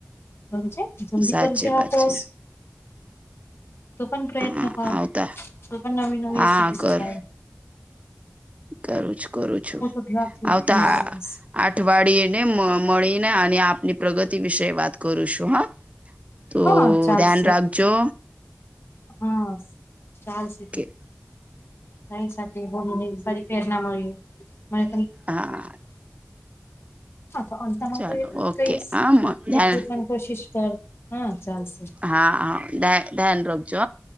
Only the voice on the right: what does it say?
સાચી
વાત
છે
હા
આવતા
હા
કર
કરું છું કરું છું
આવતા
અઠવાડિયે ને મળીને અને આપની પ્રગતિ વિશે વાત કરું છું હા તો
ધ્યાન રાખજો
કે
હા
ચાલો
ઓકે
હા
ધ્યાન
હા હા ધન ધ્યાન રાખ